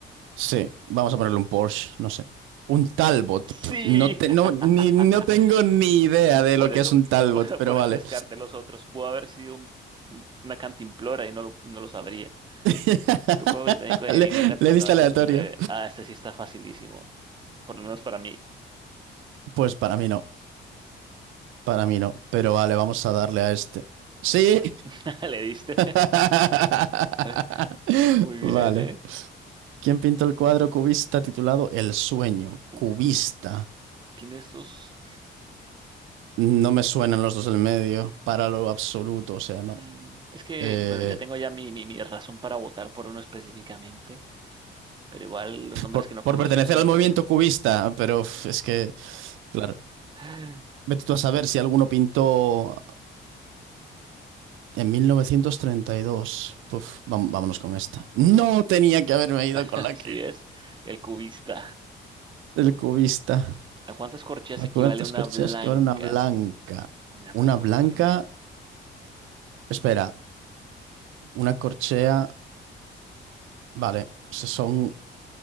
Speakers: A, on the right (about 85°); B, on the right (about 25°).
A: Sí, vamos a ponerle un Porsche, no sé. Un Talbot.
B: Sí.
A: Pf, No, te- no, ni, no
B: <laughs>
A: tengo ni idea de
B: Por
A: lo que
B: eso,
A: es un Talbot,
B: <laughs>
A: pero
B: por
A: vale.
B: eso descarté los otros. Pudo haber sido un- una cantimplora y no lo, no lo sabría.
A: <laughs>
B: Grupo británico de
A: Le,
B: heavy metal fundado
A: le diste
B: en
A: aleatorio.
B: el setenta y nueve Ah, este sí está facilísimo. Por lo menos para mí.
A: Pues para mí no, para mí no. Pero vale, vamos a darle a este. ¡Sí!
B: <laughs> Le diste.
A: <laughs>
B: <laughs> Muy bien,
A: Vale.
B: ¿eh?
A: ¿Quién pintó el cuadro cubista titulado El sueño?
B: Uh,
A: Cubista.
B: ¿Quién de estos?
A: No me suenan los dos del medio, para lo absoluto, o sea, no.
B: Mm, es que,
A: Eh,
B: bueno, ya tengo ya mi, mi, mi razón para votar por uno específicamente. Pero igual los nombres
A: por,
B: que no
A: por
B: conozco
A: pertenecer
B: son
A: al
B: los
A: movimiento
B: que...
A: cubista, pero uf, es que, claro.
B: <laughs>
A: Vete tú a saber si alguno pintó En 1932. Puf, vam- vámonos con esta. No tenía que haberme ido con
B: Así
A: la que...
B: es. El cubista.
A: El cubista.
B: ¿A cuántas corcheas
A: ¿A
B: equivale
A: cuántas
B: una
A: corcheas
B: blanca?
A: que vale una blanca?
B: Bueno, Déjame
A: Una
B: acordarme.
A: blanca... Espera, una corchea... Vale, se son...